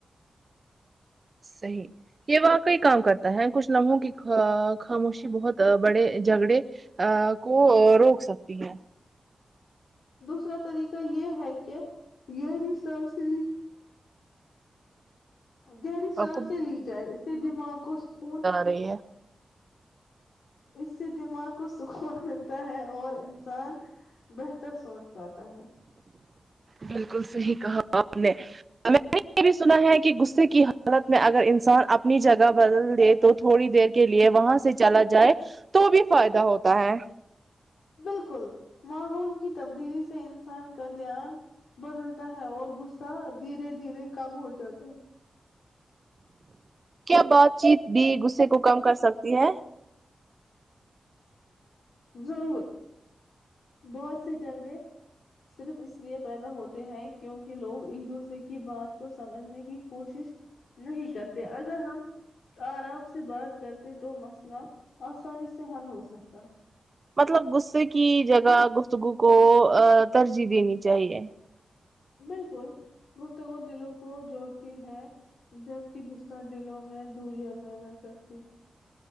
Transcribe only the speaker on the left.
دوسرا طریقہ یہ ہے کہ ری <inaudible> سال سے گہری سانسیں
لی جائے اس سے دماغ کو سکون
اس سے دماغ کو سکون ملتا ہے اور انسان بہتر سوچ پاتا ہے
بالکل ماحول کی تبدیلی سے انسان کا دھیان بدلتا ہے اور غصہ دھیرے دھیرے کم ہو جاتا
ضرور بہت سے چلبے صرف اس لیے پیدا ہوتے ہیں کیونکہ لوگ ایک دوسرے کی بات کو سمجھنے کی کوشش نہیں کرتے اگر ہم آرام سے بات کرتے تو مسئلہ آسانی سے حل ہو سکتا
بالکل گفتگو دلوں کو جوڑتی ہے جبکہ غصہ دلوں میں دوریاں پیدا کرتی ہے